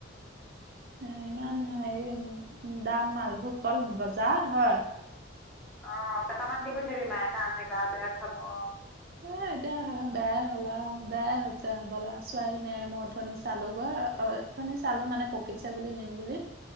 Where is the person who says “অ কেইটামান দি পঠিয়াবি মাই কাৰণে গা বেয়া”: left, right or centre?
Centre